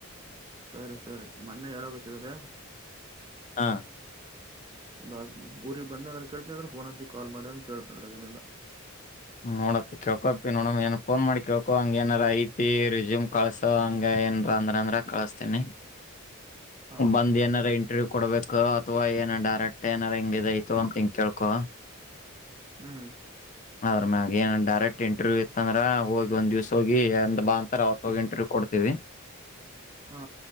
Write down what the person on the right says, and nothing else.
ಸರಿ ಸರಿ ಮೊನ್ನೆ ಹೇಳಕತ್ತಿದೆ
ಬಾ ಊರಿಗ ಬಂದ ಅಂದ್ರ ಕೆಳಡ್ನಿ ಅಂದ್ರ ಫೋನ್ ಹಚ್ಚಿ ಕಾಲ್ ಮಾಡ್ಯಾರ ಕೇಳ್ತನ ಅದರಾಗ ಏನಿಲ್ಲ.
ಹಾ
ಹ್ಮ್
ಹಾ